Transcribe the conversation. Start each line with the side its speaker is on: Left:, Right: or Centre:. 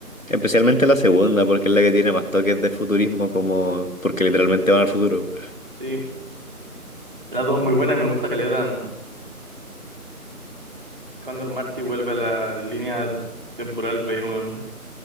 Left: Especialmente la segunda, porque es la que tiene más toques de futurismo, como porque literalmente van al futuro.
Right: sí. La 2 muy buena y me gusta que le dan cuando el Marty vuelve a la línea temporal B, weón.